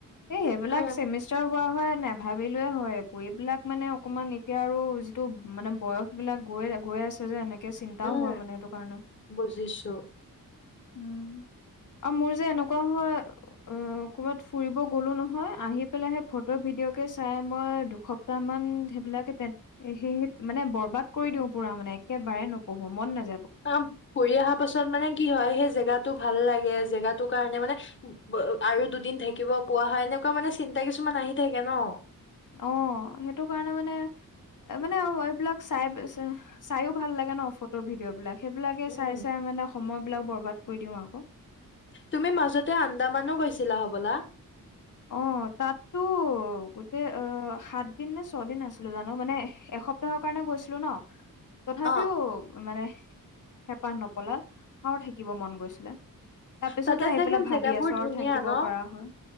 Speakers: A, on the left; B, on the left.
A: এই এ সেইইবিলাক
B: হা
A: চেমিষ্টাৰ হোৱা হয় নোভাবিলো হয় আ এইবিলাক মানে অকমান এতিয়া আৰু যিটো মানে বয়স বিলাক গৈ গৈ আছে যে এনেকে একে চিন্তাও
B: উম
A: হয় মানে এইটো কাৰণে
B: বুজিছো
A: উম আৰু মোৰ যে এনেকুৱা হয় ক'ৰবাত ফুৰিব গ'লোঁ নহয় আহি পেলাই সেই ফটো ভিডিঅ'কে চাই মই দুসপ্তাহমান সেইবিলাকে তেন এ সেই মানে বৰবাদ কৰি দিওঁ পুৰা মানে একে বাৰে নপঢ়ো মন নাায়
B: অ ফুৰি অহা পাছত মানে কি হয় সেই জেগাটো ভাল লাগে জেগাৰ কাৰণে মানে আৰু দুদিন থাকিব পোৱা হয় এনেকুৱা মানে চিন্তা কিছুমান আহি থাকে ন
A: অ সেইটো কাৰণে মানে মানে এইবিলাক চাই চাইও ভাল লাগে ন ফটো ভিডিঅ' বিলাক সেইবিলাকে
B: উম
A: চাই চাই মানে সময় বিলাক বৰবাদ কৰি দিওঁ আকৌ
B: তুমি মাজতে আন্দামানো গৈছিলা হবলা
A: অ তাততো গোটেই অ সাত দিন নে ছয়দিন আছিলো জানো মানে এসপ্তাহৰ কাৰণে গৈছিলো ন তথাপিও
B: অ
A: মানে হেঁপাহ নপলাল আৰু থাকিব মন গৈছিলা তাৰ পিছতো
B: তাতে
A: আহি
B: চাগে
A: পেলাই ভাবি
B: জেগাবোৰ
A: আছো
B: ধুনীয়া
A: আৰু থাকিব
B: ন
A: পাৰা হয়